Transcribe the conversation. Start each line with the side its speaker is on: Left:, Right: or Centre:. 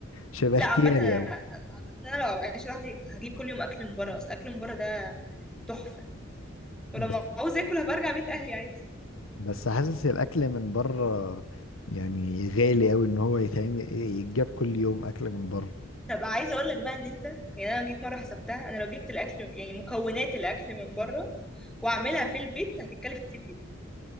Left: مش هيبقى
Centre: لا
Left: اختياري
Centre: عامة انا
Left: قوي
Centre: اعتقد ان انا لو بعيش لوحدي هجيب كل يوم اكل من بره اصل اكل من بره ده تحفة ولما
Left: بس
Centre: عاوز اكل هبقى ارجع بيت اهلي عادي
Left: بس حاسس الاكل من بره يعني غالي قوي ان هو يتعمل يتجاب كل يوم اكل من بره
Centre: طب عايزة اقول لك بقى ان انت يعني انا جيت مرة حسبتها انا لو جبت الاكل يعني مكونات الاكل من بره واعملها في البيت هتتكلف كتير جدا